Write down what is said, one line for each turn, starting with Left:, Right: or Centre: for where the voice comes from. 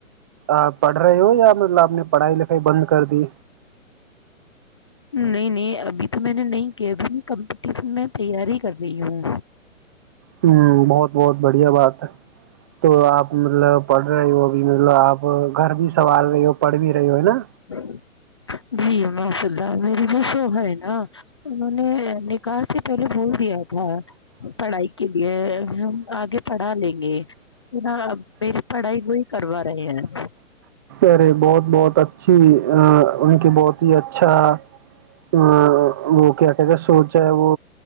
Right: آپ پڑھ رہے ہو یا مطلب آپ نے پڑھائی لکھائی بند کر دی
Left: نہیں نہیں ابھی تو میں نے نہیں کیا اب کمپٹیشن میں تیاری کر رہی ہوں
Right: ہ بہت بہت بڑھیا بات <unintelligible> تو آپ مطلب پڑھ رہے ہو بھی مطلب آپ گھر بھی سنوال رہے ہو پڑھ بھی رہے ہو ہے نا
Left: ہاں جید میری جو سوہر ہے نا انہوں نے نکاح سے پہلے بھول دیا تھا پڑھائی کے لیے ہم آگے پڑھا لیں گے نہ میری پڑھائی وہی کروا رہے ہیں
Right: ارے بہت بہت اچھی ان کی بہت ہی اچھا ا وہ کیا کہتے سوچ ہے وہ